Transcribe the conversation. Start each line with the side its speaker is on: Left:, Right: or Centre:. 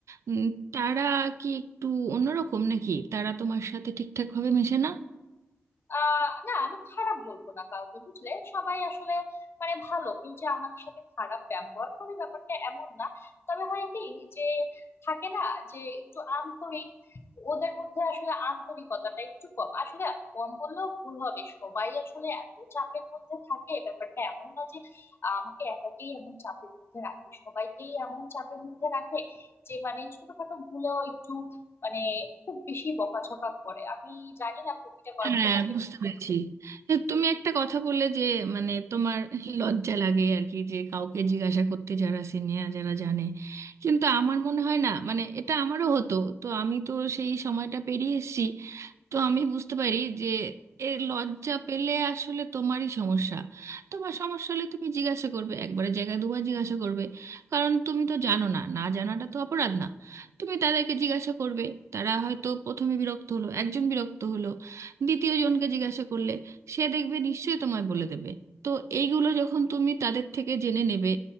Right: উম, তারা কি একটু অন্যরকম নাকি তারা তোমার সাথে ঠিকঠাক ভাবে মেশে না
Left: আহ না আমি খারাপ বলবো না কাউকে বুঝলে সবাই আসলে মানে ভালো কেউ যে আমাদের সাথে খারাপ ব্যবহার করে ব্যাপারটা এমন না তবে হয় কি যে থাকে না যে একটু আন্তরিক ওদের মধ্যে আসলে আন্তরিকতাটা একটু কম আসলে কম বললেও ভুল হবে সবাই আসলে এত চাপের মধ্যে থাকে ব্যাপারটা এমন না যে আহ, আমাকে একাকেই এমন চাপের মধ্যে রাখে সবাইকেই এমন চাপের মধ্যে রাখে যে মানে ছোটখাটো ভুলেও একটু মানে খুব বেশি বকাঝকা করে আমি জানি না প্রতিটা কর্মক্ষেত্রে
Right: হ্যাঁ বুঝতে পেরেছি এ, তুমি একটা কথা বললে যে মানে তোমার লজ্জা লাগে আর কি যে কাউকে জিজ্ঞাসা করতে যারা সিনিয়র যারা জানে কিন্তু আমার মনে হয় না মানে এটা আমারও হতো তো আমি তো সেই সময়টা পেরিয়ে এসেছি তো আমি বুঝতে পারি যে এ লজ্জা পেলে আসলে তোমারই সমস্যা তোমার সমস্যা হলে তুমি জিজ্ঞাসা করবে একবারের জায়গায় দুবার জিজ্ঞাসা করবে কারণ তুমি তো জানো না না জানাটা তো অপরাধ না তুমি তাদেরকে জিজ্ঞাসা করবে তারা হয়তো প্রথমে বিরক্ত হলো একজন বিরক্ত হলো দ্বিতীয় জনকে জিজ্ঞাসা করলে সে দেখবে নিশ্চয়ই তোমায় বলে দেবে তো এইগুলো যখন তুমি তাদের থেকে জেনে নেবে